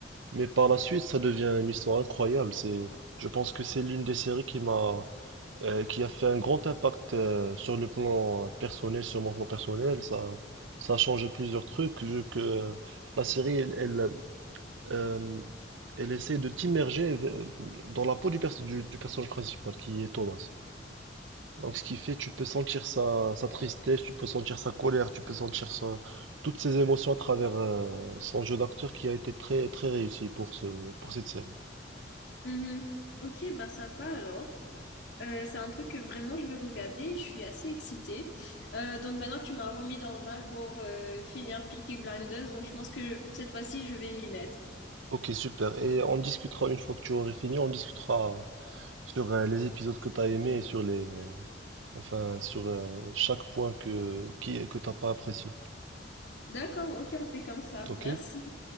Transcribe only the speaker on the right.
Mais par la suite, ça devient une histoire incroyable. C'est, je pense que c'est l'une des séries qui m'a, euh, qui a fait un grand impact euh, sur le plan personnel, sur mon plan personnel. Ça, ça a changé plusieurs trucs. Vu que la série, elle, elle, euh, elle essaie de t'immerger v- dans la peau du, perso- du, du personnage principal, qui est Thomas. Donc, ce qui fait, tu peux sentir sa, sa tristesse, tu peux sentir sa colère, tu peux sentir sa- toutes ses émotions à travers euh, son jeu d'acteur qui a été très, très réussi pour ce, pour cette série.
Ok, super. Et on discutera une fois que tu aurais fini, on discutera sur euh, les épisodes que tu as aimés et sur les, euh, enfin, sur euh, chaque point que qui que t'as pas apprécié.
Ok?